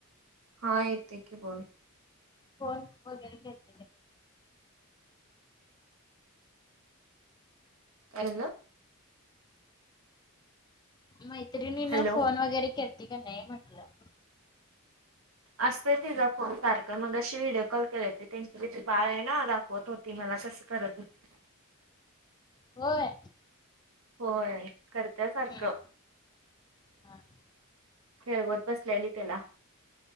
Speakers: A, on the right; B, on the left.
A: हां एक मिनिटं की बोलं
B: कॉल वगैरें केलं
A: कायं झांलंय
B: मैत्रिणी
A: हॅलो
B: ना फोन वगैरे करती की नाही म्हंटलं.
A: असत तिजा फोन सारखं मघाशी व्हिडिओ कॉल केली होती त्यांची तिथे बाळ आहे न दाखवत होती ती मला कस करत होती
B: होय.
A: होय करत्या सारखं.
B: हम्म हा.
A: खेळवत बसलेली त्याला